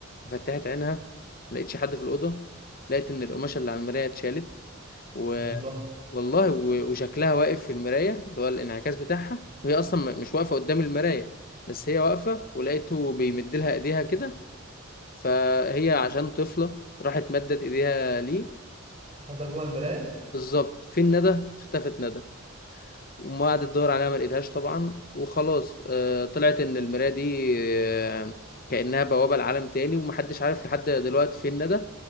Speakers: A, on the left (about 45°); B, on the right (about 30°).
A: فتحت عينها ما لقيتش حد في الأوضة لقيت إن القماشة اللي على المراية اتشالت و...
B: يلا
A: والله و... وشكلها واقف في المراية اللي هو الانعكاس بتاعها وهي أصلا م- مش واقفة قدام المراية بس هي واقفة ولقيته بيمد لها إيديها كده فهي عشان طفلة راحت مدت إيديها ليه
B: خدها جوه المرايه
A: بالظبط فين ندى اختفت ندى وما قعدت تدور عليها ما لقيتهاش طبعا وخلاص آه، طلعت ان المرايه دي آه، كانها بوابه لعالم تاني ومحدش عارف لحد دلوقتي فين ندى